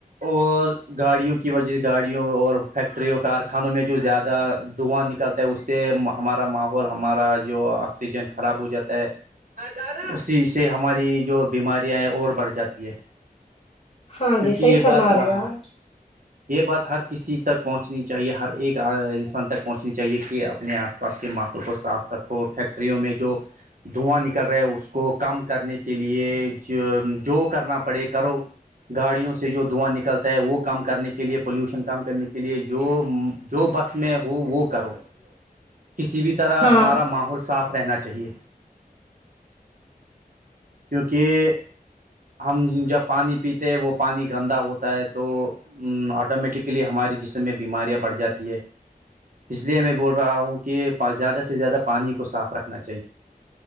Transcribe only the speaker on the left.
ہاں
جی صحیح
فرما
رہے ہے آپ
ہاں